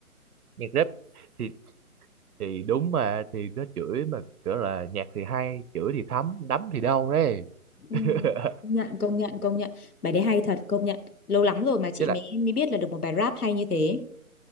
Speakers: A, on the right; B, on the left.
A: nhạc rap thì thì đúng mà thì nó chửi mà kiểu là nhạc thì hay chửi thì thấm đấm thì đau đấy
B: Ừ.
A: <laughs>
B: Công nhận công nhận công nhận bài đấy hay thật công nhận lâu lắm rồi mà chị
A: với lại
B: mới mới biết là được một bài rap hay như thế